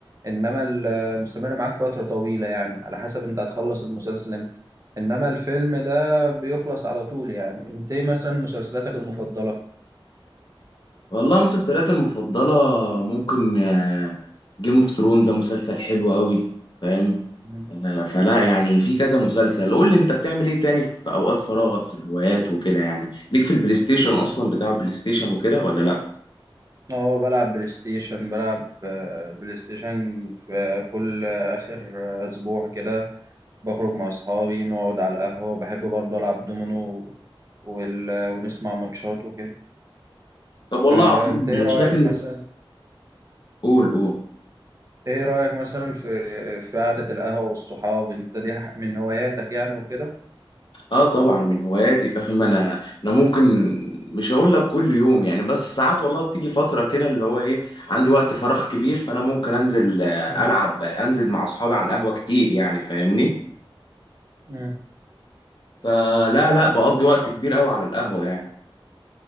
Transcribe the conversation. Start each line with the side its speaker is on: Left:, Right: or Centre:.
Right: إنما ال- آه، مستمر معاك فترة طويلة يعني على حسب أنت هتخلص المسلسل إمتى إنما الفيلم ده بيخلص على طول يعني أنت إيه مثلا مسلسلاتك المفضلة؟
Left: والله مسلسلاتي المفضلة ممكن جيم اوف ثرون ده مسلسل حلو قوي فاهم
Right: مم.
Left: آه، فلا يعني في كذا مسلسل قول لي انت بتعمل ايه تاني في اوقات فراغك في الهوايات وكده يعني ليك في البلاي ستيشن اصلا بتاع بلاي ستيشن وكده ولا لا
Right: اه بلعب بلاي ستيشن بلعب آه، بلاي ستيشن في كل آخر أسبوع كده بخرج مع أصحابي نقعد على القهوة وبحب برضه ألعب دومينو وال... ونسمع ماتشات وكده
Left: طب والله
Right: فأنت
Left: عظيم
Right: إيه
Left: انا
Right: رأيك
Left: شايف ان
Right: مثلا
Left: قول قول
Right: إيه رأيك مثلا في في قعدة القهوة والصحاب أنت دي ح- من هواياتك يعني وكده؟
Left: اه طبعا من هواياتي فاهم انا انا ممكن مش هقول لك كل يوم يعني بس ساعات والله بتيجي فتره كده اللي هو ايه عندي وقت فراغ كبير فانا ممكن انزل آه،
Right: مم.
Left: العب انزل مع اصحابي على القهوه كتير يعني فاهمني
Right: مم.
Left: فلا لا بقضي وقت كبير قوي على القهوه يعني